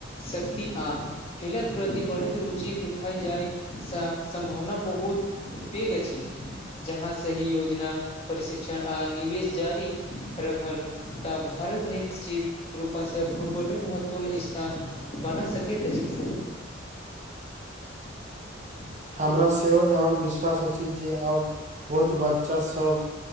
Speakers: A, on the left; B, on the right.
A: शक्ति आ खेलक प्रति बढ़ैत रुचि देखाइ जायसँ सम्भावना बहुत पैघ अछि जहाँ सही योजना प्रशिक्षण आ निवेश जारी रहल तऽ भारत निश्चित रूपसँ फुटबॉलमे महत्वपूर्ण स्थान बना सकैत अछि <unintelligible>
B: हमरा सेहो एहन विश्वास अछि जे आब बहुत बच्चा सब